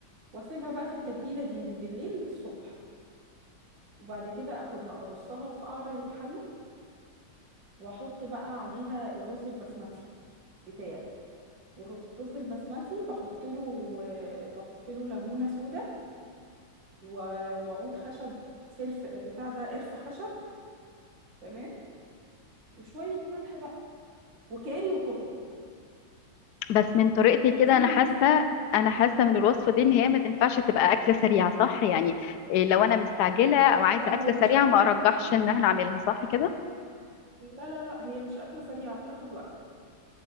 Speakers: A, on the right; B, on the left.
A: واسيبها بقى في التتبيله دي من بالليل للصبح وبعد كده اخدها ارصها في قعر الحله واحط بقى عليها الرز البسمتي بتاعي والرز البسمتي بحط له آه، بحط له ليمونه سودا و- وعود خشب سلف بتاع ده قرفه خشب تمام وشويه ملح بقى وكاري وكركم
B: بس من طريقتك
A: وتحطيهم
B: كده انا حاسه
A: يستووا
B: انا حاسه من الوصفه دي ان هي ما تنفعش تبقى اكله سريعه صح يعني إيه، لو انا مستعجله او عايزه
A: لا
B: اكله
A: هي مش
B: سريعه
A: اكله
B: ما
A: سريعه
B: ارجحش ان احنا اعملها صح كده
A: لا لا لا هي مش اكله سريعه بتاخد وقت